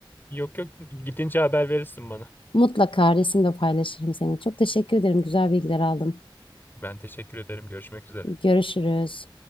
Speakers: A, on the left; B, on the left.
A: Yok yok gidince haber verirsin bana.
B: Mutlaka resimde paylaşırım seni. Çok teşekkür ederim. Güzel bilgiler aldım.
A: Ben teşekkür ederim. Görüşmek üzere.
B: Görüşürüz.